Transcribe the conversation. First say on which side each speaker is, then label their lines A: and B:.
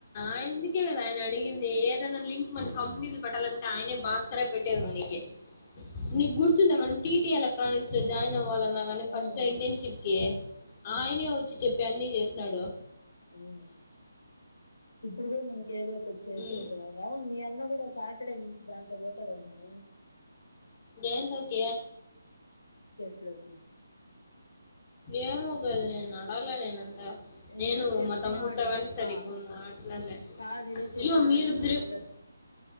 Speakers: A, on the left; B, on the left.
A: ఆయందుకే కదా ఆయన అడిగింది ఏదైనా లింక్ మన కంపెనీలు పెట్టాలంటే ఆయనే భాస్కర పెట్టేది మనకి నీకు గుర్తుందా మనం టీల ఎనిక్ లో జయిన్వ్వాలని అన్నాగాని
B: అవునవును
A: ఫస్ట్ లో ఇంటర్న్షిప్ కి ఆయనే వచ్చి చెప్పి అన్ని చేస్త లాడువ
B: అవు ఇప్పుడు కూడా మనకి ఏదో చేస్తే
A: హ్మ్.
B: బాగు అవును మీ అన్న కూడా సాటర్డే నుంచి దాంట్ పోతాడుంటడి
A: బేన్తో క
B: ఇలాకి
A: ఏమోగ నేను నాల నేనుంత నేను
B: ఈరోజు చెప్పినాడు
A: మా తమ్ముడితో
B: మీ
A: వెళ
B: అన్న
A: సరి మాట్లాడలే
B: కాదు ఈరోజు
A: అయ్యో
B: చెప్పినాడు
A: మీరిద్దరుప్పు
B: ఇట్లా